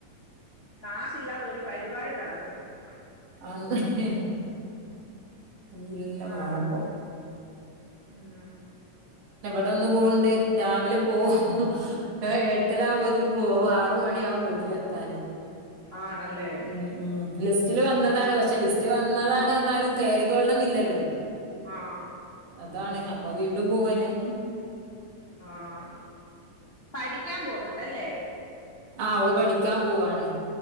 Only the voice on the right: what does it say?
അതെ എല്ലാം
മാണം ഇപ്പെ
ഇന്ന് പോവ്ണ്ട് രാവിലെ പോവും എട്ടര ആകുമ്പോതിന് പോകും ആറ് മണിയാവും വീട്ടി ലെത്താന്
ഉം ഉം ലിസ്റ്റില് വന്നതാണ് പഷെ ലിസ്റ്റ് വന്നതാണ് പറഞ്ഞാലും കേറിക്കൊൾണന്ന് ഇല്ലല്ലോ.?
അതാണ് അപ്പൊ വീണ്ടും പോവ്വന്നെ
ആ ഓള് പഠിക്കാ പോവാണ്.